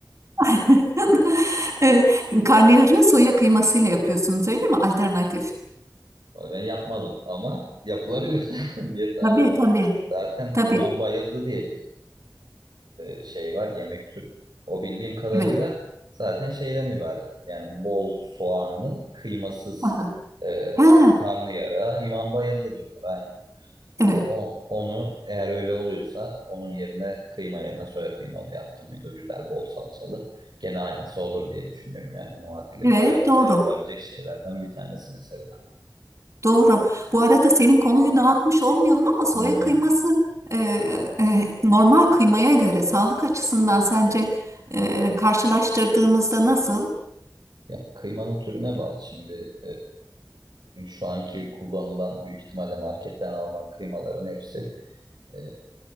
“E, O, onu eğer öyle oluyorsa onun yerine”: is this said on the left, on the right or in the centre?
Right